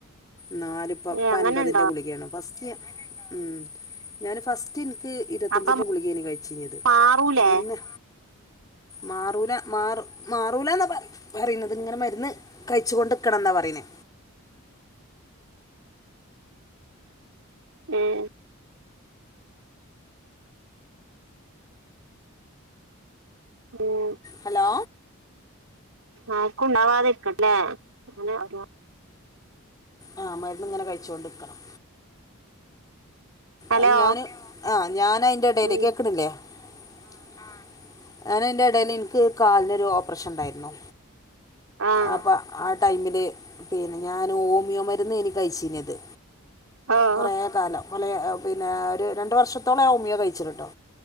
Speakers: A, on the left (about 15°); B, on the right (about 70°).
A: ന്നാലും ഇപ്പ
B: ഏഹ് അങ്ങനെണ്ടോ
A: അൻപതിന്റെ ഗുളിഗ്യെണ് ഫസ്റ്റ് ഉംഞാന് ഫസ്റ്റ്ൻക്ക് ഇരത്തഞ്ചിന്റെ
B: അപ്പൊ
A: ഗുളികേന് കഴിച്ചീന്നെത്
B: മാറൂലേ
A: പിന്നെ മാറൂല മാറും മാറൂലാന്നാ പറയി പറയിണത് ഇങ്ങനെമര്ന്ന് കഴിച്ചുകൊണ്ട്ക്കണംന്നാ പറയിണേ
B: ഉം ഉം
A: ഹലോ
B: ആർക്കുണ്ടാവാതിരിക്കട്ടേല്ലെ ഇങ്ങനെ ഓരോ
A: ആ മര്ന്ന്ങ്ങനെ കഴിച്ചോണ്ട്ക്കണം.
B: ഹലോ
A: അഹ് ഞാന് ആഹ് ഞാനയ്ന്റെടേലേ
B: ഉം
A: കേക്ക്ണ്ല്ലേ? ആഹ് ഞനയ്ൻ്റെടേല് ഇന്ക്ക് കാല്നൊരു ഓപ്പറേഷണ്ടായിരുന്നു.
B: ആഹ്
A: അപ്പ ആ ടൈമില് പിന്നെ ഞാന് ഓമിയോ മരുന്നേനി കയ്ച്ചീന്യത്.
B: ഓഹ്
A: കൊറേ കാലം കൊലേ പിന്നെ ഒരു രണ്ട് വർഷത്തോളം ഞാൻ ഓമിയോ കഴിച്ച്ണ് ട്ടൊ